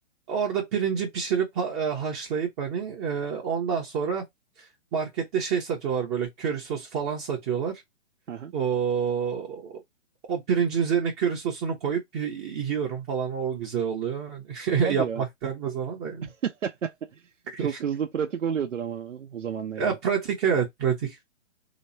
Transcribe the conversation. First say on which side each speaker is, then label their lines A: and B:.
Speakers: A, on the right; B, on the right.
A: Orada pirinci pişirip ha- e, haşlayıp hani e, ondan sonra markette şey satıyorlar böyle köri sosu falan satıyorlar.
B: Aha.
A: O o pirincin üzerine köri sosunu koyup y- yiyorum falan o güzel oluyor.
B: Hadi
A: <laughs> Yapmak
B: ya.
A: denmez ona da. yani.
B: <laughs>
A: <laughs>
B: Çok hızlı pratik oluyordur ama o zaman da yani.
A: Ya pratik evet pratik.